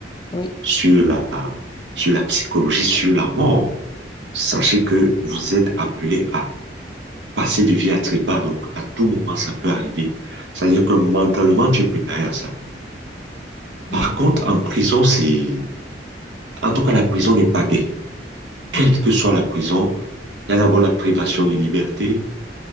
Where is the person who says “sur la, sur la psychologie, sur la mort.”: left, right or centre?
Right